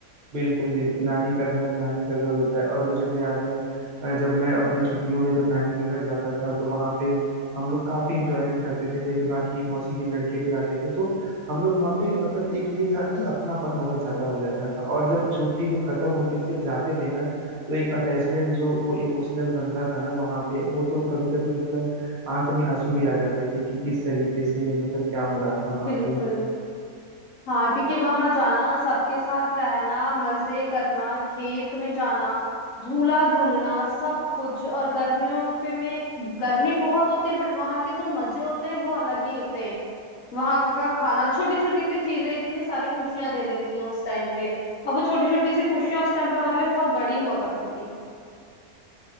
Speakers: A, on the right; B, on the left.
A: बिल्कुल बिल्कुल नानी का घर नानी का घर होता है और मुझे तो याद है अ, जब मैं अपने छुट्टियों में जब नानी के घर जाता था तो वहां पे हम लोग काफी इंजॉयमेंट करते थे मेरे बाकी मौसी के लड़के भी आते थे तो हम लोग वहाँ पे मतलब एक ये था कि अपनापन बहुत ज्यादा हो जाता था और जब छुट्टी जब खत्म होती थी जब जाते थे ना तो एक अटैचमेंट जो वो इमोशनल बनता था ना वहाँ पे वो तो कभी कभी मतलब आंख में आंसू भी आ जाते थे कि किस तरीके से मतलब क्या हो रहा था वहाँ
B: बिल्कुल
A: पे
B: हाँ क्योंकि वहां जाना सबके साथ रहना मजे करना खेत में जाना झूला झूलना सब कुछ और गर्मियों पे में गर्मी बहुत होती है बट वहां के जो मजे होते हैं वो अलग ही होते हैं वहां का खाना छोटी छोटी सी चीजें इतनी सारी खुशियां दे देती हैं उस टाइम पे और वो छोटी छोटी सी खुशियां उस टाइम पे हमारे लिए बहुत बड़ी हुआ करती थी